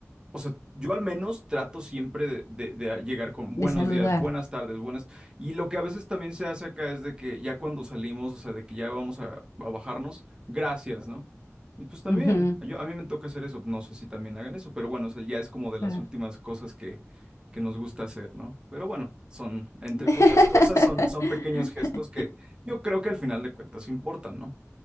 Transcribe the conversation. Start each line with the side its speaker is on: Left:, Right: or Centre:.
Right: o sea, yo al menos trato siempre de, de- de llegar con buenos
Left: De saludar.
Right: días, buenas tardes, buenas. Y lo que a veces también se hace acá es de que ya cuando salimos, o sea, de que ya vamos a, a bajarnos, gracias, ¿no? Y pues también,
Left: ujú,
Right: yo, a mí me toca hacer eso, no sé si también hagan eso, pero bueno, o sea, ya es como de
Left: Claro.
Right: las últimas cosas que, que nos gusta hacer, ¿no? Pero bueno, son, entre
Left: <laughs>
Right: muchas cosas, son, son pequeños gestos que yo creo que al final de cuentas importan, ¿no?